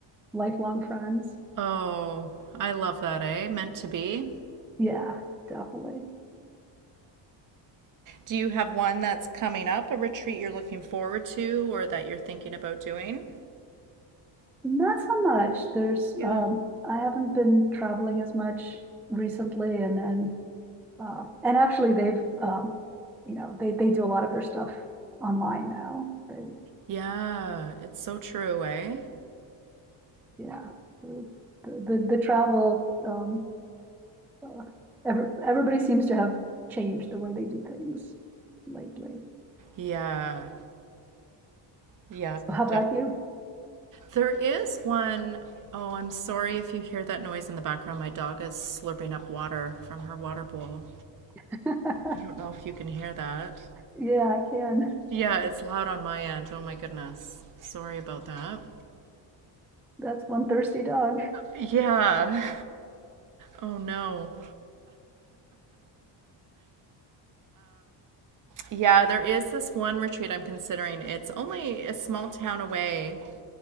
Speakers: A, in the centre; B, on the right.
A: lifelong friends.
B: Oh, I love that, eh? Meant to be.
A: Yeah, definitely.
B: Do you have one that's coming up, a retreat you're looking forward to or that you're thinking about doing?
A: Not so much. There's
B: Yeah.
A: um, I haven't been traveling as much recently, and then uh, and actually they've um, you know they they do a lot of their stuff online now. They,
B: Yeah, it's so true, eh?
A: yeah, the the, the, travel um, uh, every, everybody seems to have changed the way they do things lately.
B: Yeah. Yep.
A: So how about
B: Definitely.
A: you?
B: There is one oh, I'm sorry if you hear that noise in the background. My dog is slurping up water from her water bowl.
A: <laughs>
B: I don't know if you can hear that.
A: Yeah, I can.
B: Yeah, it's loud on my end. Oh my goodness. Sorry about that.
A: That's one thirsty dog.
B: Yeah. Oh no. Yeah, there is this one retreat I'm considering. It's only a small town away.